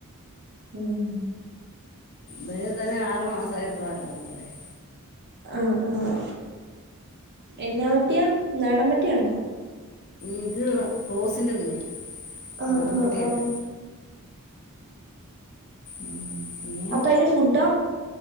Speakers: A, on the right; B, on the left.
A: ഉം
B: വലുതിനെ ആരുമാസആയപ്പോഴല്ലേ കൊണ്ട് പോയത്
A: ആഹ് ആഹ് എന്നാ പട്ടിയാ നാടൻ പട്ടിയാണോ
B: ഇത് ക്രോസിന്റെ കുഞ്ഞ
A: ആഹ്
B: നാടമ്പട്ടിയല്ല
A: ആഹ് ആഹ്
B: ആഹ് പിന്നെ
A: അപ്പൊ അതിന് ഫുഡോ